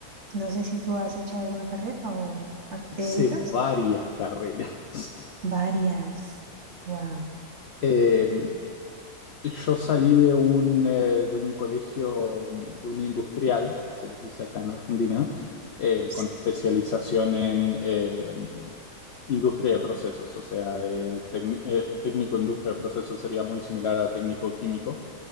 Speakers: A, on the right; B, on the left.
A: no sé si tú has hecho alguna carrera o a qué
B: Hice
A: te dedicas.
B: varias carreras. <laughs>
A: Varias. Wow.
B: Eh, Yo salí de un, eh, de un colegio, mm, de un industrial, se les dice acá en Argentina, eh,
A: Sí.
B: con especialización en eh, mm, industria de procesos, o sea, eh, tec- eh, técnico industria de procesos sería muy similar a técnico químico,